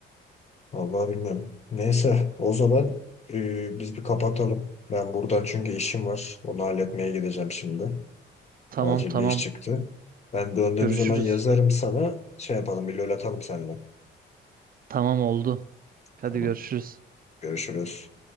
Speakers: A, on the left (about 35°); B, on the right (about 45°).
A: Vallahi bilmiyorum. Neyse o zaman e, biz bir kapatalım. Ben buradan çünkü işim var. Onu halletmeye gideceğim şimdi.
B: Tamam
A: Acil
B: tamam
A: bir iş çıktı. Ben döndüğüm
B: görüşürüz.
A: zaman yazarım sana. Şey yapalım, bir lol atalım seninle.
B: Tamam oldu. Hadi
A: Tamam.
B: görüşürüz.
A: Görüşürüz.